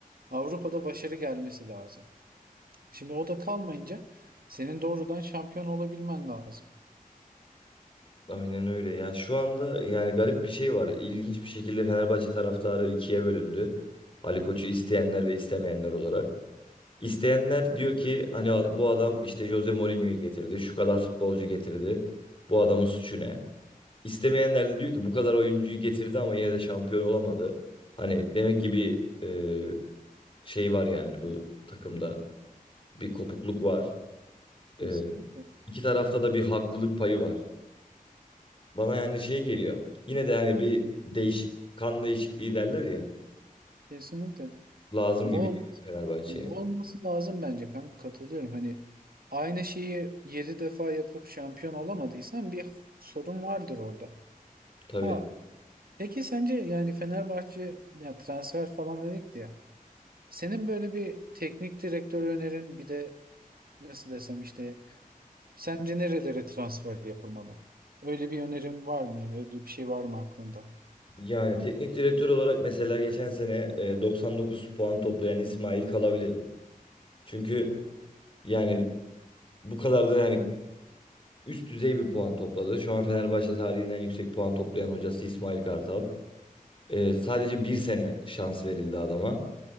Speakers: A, on the right; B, on the left.
A: Avrupa'da başarı gelmesi lazım. Şimdi o da kalmayınca senin doğrudan şampiyon olabilmen lazım.
B: Aynen öyle. Ya şu anda yani garip bir şey var. İlginç bir şekilde Fenerbahçe taraftarı ikiye bölündü. Ali Koç'u isteyenler ve istemeyenler olarak. İsteyenler diyor ki hani bu adam işte Jose Mourinho'yu getirdi. Şu kadar futbolcu getirdi. Bu adamın suçu ne? İstemeyenler de diyor ki bu kadar oyuncuyu getirdi ama yine de şampiyon olamadı. Hani demek ki bir e, şey var yani bu takımda. Bir kopukluk var.
A: Kesinlikle.
B: E, iki tarafta da bir haklılık payı var. Bana yani şey geliyor. Yine de hani bir değişik kan değişikliği derler ya.
A: Kesinlikle.
B: Lazım
A: Bu
B: gibi geliyor
A: ol-
B: Fenerbahçe'ye.
A: bu olması lazım bence kanka. Katılıyorum. Hani aynı şeyi 7 defa yapıp şampiyon olamadıysan bir sorun vardır orada.
B: Tabii.
A: Ha Peki sence yani Fenerbahçe ya transfer falan dedik de ya. Senin böyle bir teknik direktör önerin bir de nasıl desem işte sence nerelere transfer yapılmalı? Öyle bir önerin var mı yani öyle bir şey var mı aklında?
B: Yani teknik direktör olarak mesela geçen sene e, 99 puan toplayan İsmail kalabilirdi. Çünkü yani bu kadar da yani üst düzey bir puan topladı. Şu an Fenerbahçe tarihinden yüksek puan toplayan hocası İsmail Kartal. E, sadece bir sene şans verildi adama.